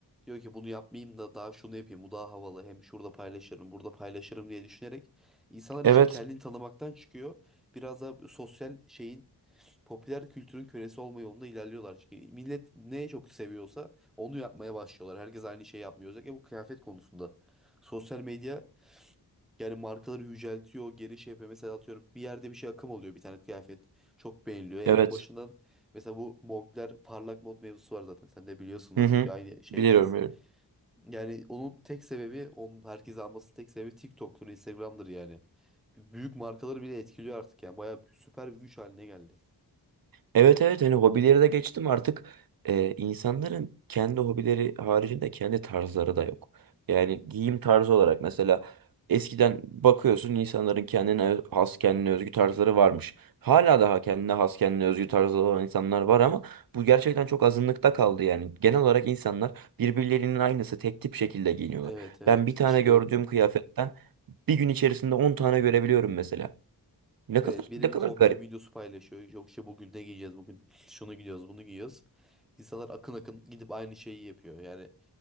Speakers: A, in the centre; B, on the right (about 60°).
A: Diyor ki bunu yapmayayım da daha şunu yapayım bu daha havalı hem şurada paylaşırım burada paylaşırım diye düşünerek insanlar
B: Evet,
A: için kendini tanımaktan çıkıyor. Biraz daha sosyal şeyin popüler kültürün kölesi olma yolunda ilerliyorlar. Çünkü millet neye çok seviyorsa onu yapmaya başlıyorlar. Herkes aynı şeyi yapmıyor. Özellikle bu kıyafet konusunda. Sosyal medya yani markaları yüceltiyor, geri şey yapıyor. Mesela atıyorum bir yerde bir şey akım oluyor bir tane kıyafet. Çok beğeniliyor. En
B: evet.
A: başından mesela bu Moncler parlak mod mevzusu var zaten. Sen de biliyorsundur.
B: Hı hı.
A: Bir Aynı şeydeyiz.
B: Biliyorum, biliyorum.
A: Yani onun tek sebebi, onun herkes alması tek sebebi TikTok'tur, Instagram'dır yani. Büyük markaları bile etkiliyor artık yani. Bayağı süper bir güç haline geldi.
B: Evet evet hani hobileri de geçtim artık e, insanların kendi hobileri haricinde kendi tarzları da yok. Yani giyim tarzı olarak mesela eskiden bakıyorsun insanların kendine öz- has kendine özgü tarzları varmış. Hala daha kendine has kendine özgü tarzları olan insanlar var ama bu gerçekten çok azınlıkta kaldı yani. Genel olarak insanlar birbirlerinin aynısı tek tip şekilde giyiniyorlar.
A: Evet evet
B: Ben bir tane
A: işte
B: gördüğüm
A: yok.
B: kıyafetten bir gün içerisinde 10 tane görebiliyorum mesela. Ne kadar
A: Evet biri
B: ne
A: bir
B: kadar
A: kombin
B: garip.
A: videosu paylaşıyor. Yok işte bugün ne giyeceğiz bugün şunu giyiyoruz bunu giyiyoruz. İnsanlar akın akın gidip aynı şeyi yapıyor. Yani